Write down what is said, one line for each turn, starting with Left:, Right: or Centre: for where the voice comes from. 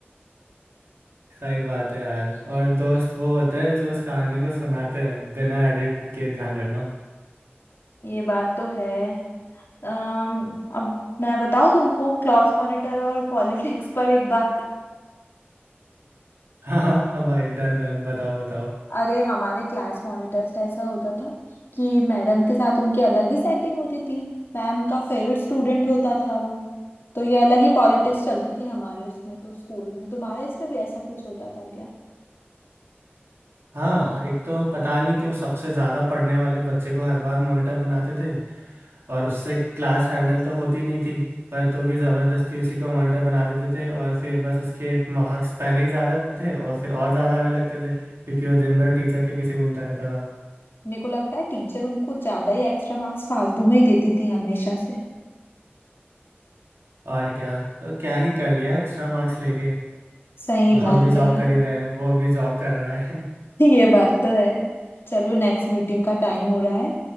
Right: सही बात है यार और दोस्त वो होते हैं जो उस कहानी को सुनाते हैं बिना एडिट के ध्यान रखना
Left: ये बात तो है अम अब मैं बताऊं तुमको क्लास मॉनिटर और पॉलिटिक्स पर एक बात
Right: <laughs> हाँ भाई डन डन बताओ बताओ
Left: अरे हमारे क्लास मॉनिटर से ऐसा होता था कि मैडम के साथ उनकी अलग ही सेटिंग होती थी मैम का फेवरेट स्टूडेंट होता था वो तो ये अलग ही पॉलिटिक्स चलती थी हमारे उसमें तो स्कूल में तुम्हारे इसमें भी ऐसा कुछ होता था क्या
Right: हाँ एक तो पता नहीं क्यों सबसे ज़्यादा पढ़ने वाले बच्चे को हर बार मॉनिटर बनाते थे और उससे क्लास हैंडल तो होती नहीं थी पर तो भी ज़बरदस्ती उसी को मॉनिटर बना देते थे और फिर बस उसके मार्क्स पहले ही ज़्यादा थे और फिर और ज़्यादा आने लगते थे क्योंकि वो दिन भर टीचर के पीछे घूमता रहता था
Left: मेरे को लगता है टीचर उनको ज्यादा ही एक्स्ट्रा मार्क्स फालतू में ही देती थी हमेशा से
Right: और क्या तो क्या ही कर लिया एक्स्ट्रा मार्क्स लेके
Left: सही
Right: हम
Left: बात
Right: भी जॉब
Left: है यार
Right: कर ही रहे हैं वो भी जॉब कर रहा है
Left: <laughs> ये बात तो है चलो नेक्स्ट मीटिंग का टाइम हो रहा है